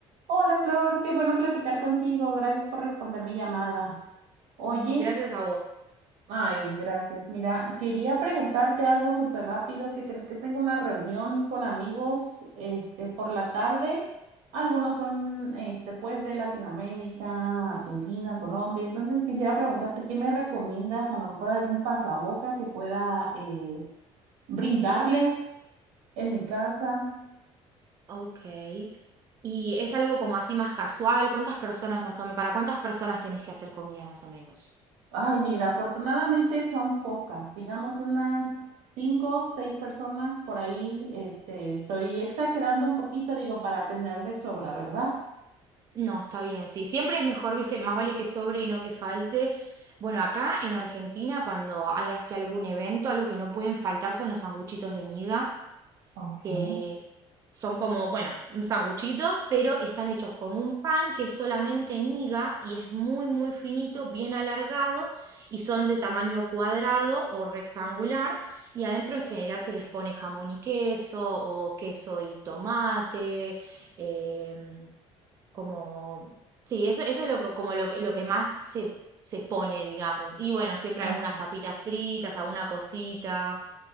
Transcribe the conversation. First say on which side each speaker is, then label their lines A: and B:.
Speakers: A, on the right; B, on the right.
A: Hola Flor, qué bueno platicar contigo. Gracias por responder mi llamada. Oye,
B: Ay, Gracias a vos.
A: ay, gracias. Mira, quería preguntarte algo súper rápido, ¿Qué crees que tengo una reunión con amigos, este, por la tarde. Algunos son, este, pues de Latinoamérica, Argentina, Colombia. Entonces quisiera preguntarte, ¿qué me recomiendas? A lo mejor algún pasaboca que pueda eh, brindarles en mi casa.
B: Ok. ¿Y es algo como así más casual? ¿Cuántas personas más o menos? ¿Para cuántas personas tenés que hacer comida más o menos?
A: Ay, mira, afortunadamente son pocas, digamos unas cinco, seis personas por ahí. Este, estoy exagerando un poquito, digo, para tener de sobra, ¿verdad?
B: No, está bien, sí. Siempre es mejor, viste, más vale que sobre y no que falte. Bueno, acá en Argentina, cuando hay así algún evento, algo que no pueden faltar son los sanguchitos de miga.
A: Ok.
B: que son como, bueno, un sanguchito, pero están hechos con un pan que es solamente miga y es muy, muy finito, bien alargado y son de tamaño cuadrado o rectangular y adentro en general se les pone jamón y queso o queso y tomate, em, como, sí, eso, eso es lo que, como lo que, lo que más se, se pone, digamos. Y bueno, siempre
A: ok.
B: algunas papitas fritas, alguna cosita.